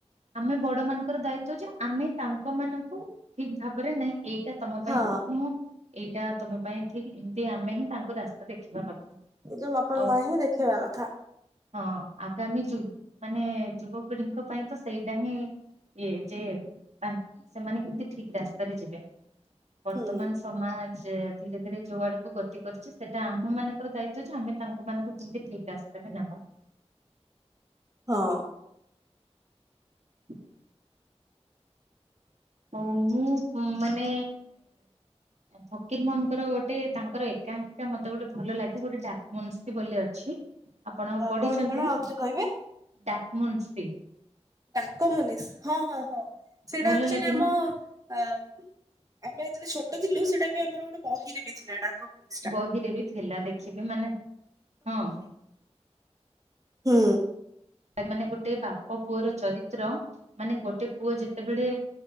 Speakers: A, on the right; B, on the right.
A: ଆମେ ବଡ ମାନଙ୍କର ଦାୟିତ୍ବ ଯେ ଆମେ ତାଙ୍କ ମାନଙ୍କୁ ଠିକ ଭାବରେ ନାଇଁ ଏଇଟା ତମ
B: ହଁ
A: ପାଇଁ ଠିକ ନୁହଁ ଏଇଟା ତମ ପାଇଁ ଠିକ ଏମତି ଆମେ ହିଁ ତାଙ୍କୁ ରାସ୍ତା ଦେଖେଇବା କଥା।
B: ନିଜ ବାପା
A: ଆଉ
B: ମା ହିଁ ଦେଖେଇବା କଥା
A: ହଁ, ଆଗାମୀ ଯୁ ମାନେ ଯୁବପିଢିଙ୍କ ପାଇଁ ତ ସେଇଟା ହିଁ ଇଏ ଯେ ନାଇ ସେମାନେ କେମତି ଠିକ ରାସ୍ତାରେ ଯିବେ ବର୍ତ୍ତମାନ
B: ହୁଁ।
A: ସ ସମାଜ ଧୀରେ ଧୀରେ ଯୋଉ ଆଡକୁ ଗତି କରିଛି ସେଇଟା ଆମ ମାନଙ୍କର ଦାୟିତ୍ବ ଯେ ଆମେ ତାଙ୍କ ମାନଙ୍କୁ କେମିତି ଠିକ୍ ରାସ୍ତା କେତେ ନବ
B: ହଁ
A: <unintelligible> ହଉ ମୁଁ ମାନେ ଫକୀର ମୋହନଙ୍କର ଗୋଟେ ଗୋଟେ ତାଙ୍କର ଏକାଙ୍କିକା ମୋତେ ଗୋଟେ ଭଲ ଲାଗେ ଗୋଟେ ଡାକମନଷି ବୋଲି ଅଛି। ଆପଣ ପଢିଛନ୍ତି
B: କଣ କଣ
A: ନା
B: ଆଉଥରେ କହିବେ
A: ଡାକମନଷି
B: ଡାକମନିଷ ହଁ ହଁ ହଁ ସେଇଟା
A: ଭଲ
B: ଆଚୁଆଲି
A: ଲାଗେ
B: ଆମ
A: ନା
B: ଆ ଆମେ ଯେତେବେଳେ ଛୋଟ ଥିଲୁ ସେଟା ବି ଆମର ଗୋଟେ ବହିରେ ବି ଥିଲା ଡାକମନଷି
A: ବହିରେ ବି ଥିଲା ଦେଖିବିମାନେ ହଁ
B: ଉଁ।
A: ଭାଇ ମାନେ ଗୋଟେ ବାପ ପୁଅର ଚରିତ୍ର ମାନେ ଗୋଟେ ପୁଅ ଯେ ଯେତେବେଳେ